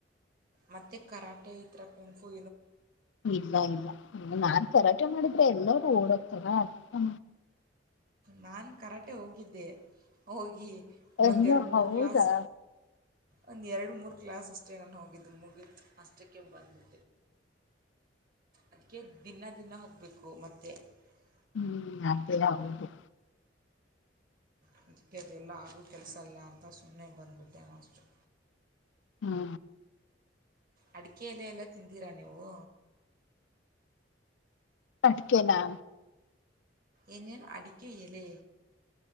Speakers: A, on the right; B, on the left.
A: ಮತ್ತೆ ಕರಾಟೆ ಈಥರ ಕುಂಗ್ಫು
B: ಇಲ್ಲ ಇಲ್ಲ ಇ ನಾನ್ ಕರಾಟೆ ಮಾಡಿದ್ರೆ ಎಲ್ಲರು ಓಡೋಕ್ತರ ಹ
A: ನಾನು ಕರಾಟೆ ಹೋಗಿದ್ದೆ ಹೋಗಿ
B: ಅಯ್ಯೋ
A: ಒಂದೆರಡು ಮೂರ್
B: ಹೌದಾ
A: ಕ್ಲಾಸ್ ಒಂದ್ ಎರಡು ಮೂರು ಕ್ಲಾಸ್ ಅಷ್ಟೇ ನಾನು ಹೋಗಿದ್ದು ಮುಗಿತು. ಅಷ್ಟಕ್ಕೆ ಬಂದು ಅದಕ್ಕೆ ದಿನ ದಿನ ಹೋಗ್ಬೇಕು ಮತ್ತೆ. <unintelligible>
B: ಹ್ಮ್ ಅದೇ ಹೌದು
A: ಅದಕ್ಕೆ ಅದೆಲ್ಲ ಆಗೂ ಕೆಲಸ ಅಲ್ಲ ಅಂತ ಸುಮ್ಮನೆ ಬಂದ್ಬಿಟ್ಟೆ ಅಷ್ಟೇ.
B: ಹ್ಮ
A: ಅಡಿಕೆ ಎಲೆಯೆಲ್ಲ ತಿಂದಿರಾ ನೀವು?
B: ಅಡಿಕೆನಾ?
A: ಏನ್ ಏನು? ಅಡಿಕೆ ಎಲೆ?